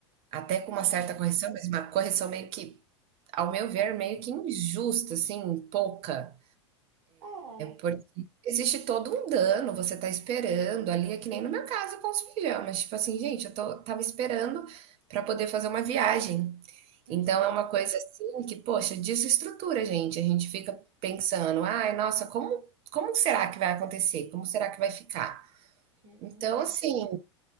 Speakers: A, on the right; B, on the right.
A: até com
B: É,
A: uma certa correção, mas uma correção meio que, ao meu ver,
B: é,
A: meio que injusta, assim, pouca.
B: é.
A: Porque existe todo um dano, você tá esperando ali, é que nem no meu caso com os pijamas, tipo assim, gente, eu tô, tava esperando para poder fazer uma viagem.
B: Uhum.
A: Então é uma coisa assim que, poxa, desestrutura, gente. A gente fica pensando, ai, nossa, como, como será que vai acontecer? Como será que vai ficar?
B: Pior
A: Então,
B: que é mesmo.
A: assim,